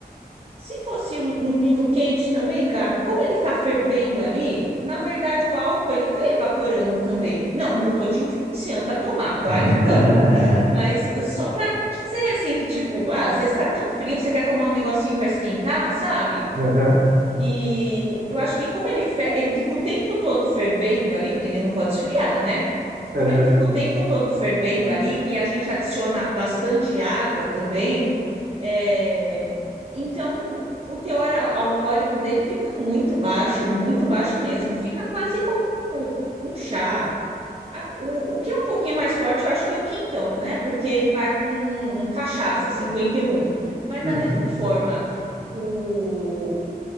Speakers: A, on the right (about 35°); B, on the right (about 65°).
A: se fosse um, um vinho quente também, Gabi, como ele está fervendo ali, na verdade o álcool ele está evaporando também. Não, não tô te influenciando a tomar, claro
B: <laughs>
A: que não. <laughs> Mas eh, só para dizer assim que tipo, ah, às vezes está tão frio, você quer tomar um negocinho para esquentar, sabe?
B: Aham,
A: E eu acho que como ele, fe- ele fica o tempo todo fervendo ali, porque ele não pode esfriar, né? Como
B: aham,
A: ele fica o tempo todo fervendo ali e a gente adiciona bastante água também, é, então o teor al- alcoólico dele fica muito baixo, muito baixo mesmo. Fica quase como um um chá. A- O, o que é um pouquinho mais forte, eu acho que é o quintão, né? Porque ele vai com um, um cachaça, cinquenta e um Mas da
B: uhum,
A: mesma forma. O,